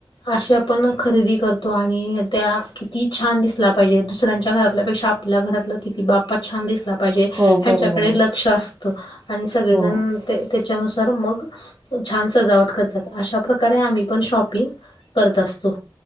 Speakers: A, on the left; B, on the right.
A: असे आपण खरेदी करतो तो आणि त्या किती छान दिसला पाहिजे दुसऱ्यांच्या घरातल्यापेक्षा आपल्या घरातलं किती बाप्पा छान दिसला पाहिजे ह्याच्याकडे
B: हो बरोबर आहे.
A: लक्ष असतं आणि सगळेजण
B: हो.
A: त्याच्यानुसार मग छान सजावट करतात अशा प्रकारे आम्ही पण शॉपिंग करत असतो